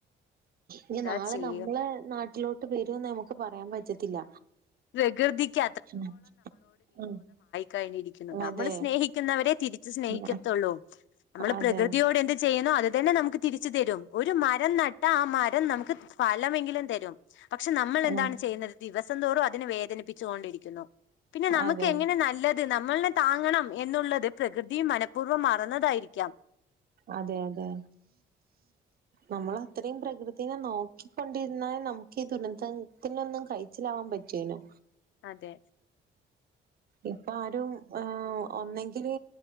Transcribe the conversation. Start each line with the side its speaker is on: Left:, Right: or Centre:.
Right: ഇനി
Left: എന്താ
Right: നാളെനമ്മളെ
Left: ചെയ്യ
Right: നാട്ടിലോട്ടു വരുമെന്ന് നമുക്ക് പറയാൻ പറ്റത്തില്ല.
Left: പ്രകൃതിക്ക്
Right: ഉം ഉം.
Left: കഴിഞ്ഞരിക്കുന്നു. നമ്മള്
Right: അതെ
Left: സ്നേഹിക്കുന്നവരെ തിരിച്ചുസ്നേഹിക്കത്തുള്ളൂ.
Right: ഉം.
Left: നമ്മള്പ്രകൃതിയോട്
Right: അതെ
Left: എന്ത് ചെയ്യു അതുതന്നെ നമുക്കു തിരിച്ചുതരും. ഒരു മരം നട്ടാൽ ആ, മരംനമുക്ക് ഫലമെങ്കിലും.. തരും. പക്ഷേ നമ്മളെ ന്താണുചെയ്യുന്നത്,
Right: ഉം
Left: ദിവസംതോറും അ.. ചോണ്ടിരിക്കുന്നോ പിന്നെ നമുക്ക്
Right: അതെ
Left: എങ്ങെനെ നല്ലത് നമ്മളേ താങ്ങണം എന്നുള്ളത് പ്രകൃതി മനഃപൂർവ്വം മറന്നതായിരിക്കാം
Right: അതെ അതെ നമ്മൾ അത്രയും പ്രകൃതിനെ നോക്കിക്കൊണ്ടിരുന്നാൽ നമുക്ക് ഈ ദുരന്തത്തിനൊന്നും കഴിച്ചിലാ പറ്റെനു
Left: അതെ
Right: ഇപ്പ ആരും അഹ് ഒന്നെങ്കില്